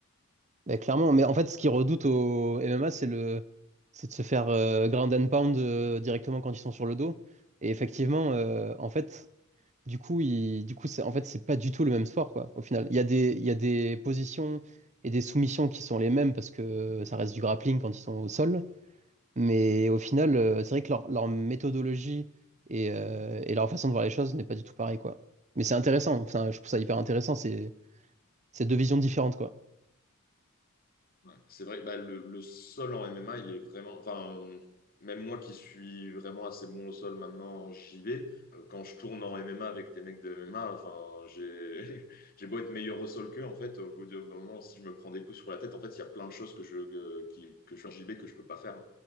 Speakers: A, on the right (about 35°); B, on the left (about 45°).
A: Bah, clairement. Mais en fait, ce qu'ils redoutent au MMA, c'est le, c'est de se faire euh, ground and pound euh, directement quand ils sont sur le dos. Et effectivement, euh, en fait, Du coup, il, du coup, c'est, en fait, c'est pas du tout le même sport, quoi, au final. Il y a des, il y a des positions et des soumissions qui sont les mêmes parce que ça reste du grappling quand ils sont au sol. Mais au final, euh, c'est vrai que leur, leur méthodologie et, euh, et leur façon de voir les choses n'est pas du tout pareil, quoi. Mais c'est intéressant. Enfin, je trouve ça hyper intéressant. C'est, c'est deux visions différentes, quoi.
B: Ouais, c'est vrai, bah, le, le sol en MMA, il est vraiment. Enfin, même moi qui suis vraiment assez bon au sol maintenant en JV, euh, quand je tourne en MMA avec des mecs de MMA, enfin, j'ai <laughs> j'ai beau être meilleur au sol qu'eux, en fait, au bout d'un moment, si je me prends des coups sur la tête, en fait, il y a plein de choses que je, que, qui- que je fais en JV que je peux pas faire